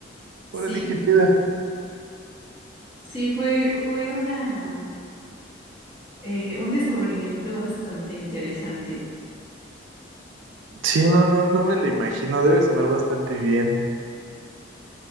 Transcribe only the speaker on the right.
Órale,
qué chida.
Sí, no, no, no me lo imagino. Debe sonar bastante bien.